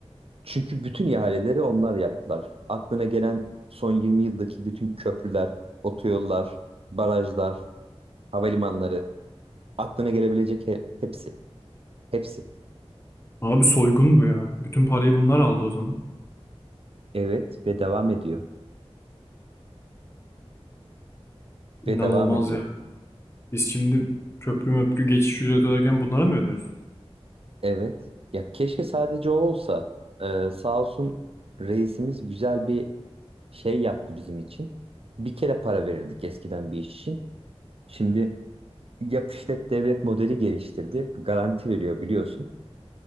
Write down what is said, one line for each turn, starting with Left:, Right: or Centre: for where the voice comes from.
Right: çünkü bütün ihaleleri onlar yaptılar. Aklına gelen son 20 yıldaki bütün köprüler, otoyollar, barajlar, havalimanları, aklına gelebilecek he- hepsi. Hepsi.
Left: Abi soygun bu ya. Bütün parayı bunlar aldı o zaman.
Right: Evet ve devam ediyor.
Left: İnanılmaz
Right: Ve devam ediyor.
Left: ya. Biz şimdi köprü möprü geçiş ücreti öderken bunlara mı ödüyoruz?
Right: Evet. Ya keşke sadece o olsa. Ee, sağ olsun reisimiz güzel bir şey yaptı bizim için. Bir kere para verirdik eskiden bir iş için. Şimdi yap işlet devlet modeli geliştirdi. Garanti veriyor biliyorsun.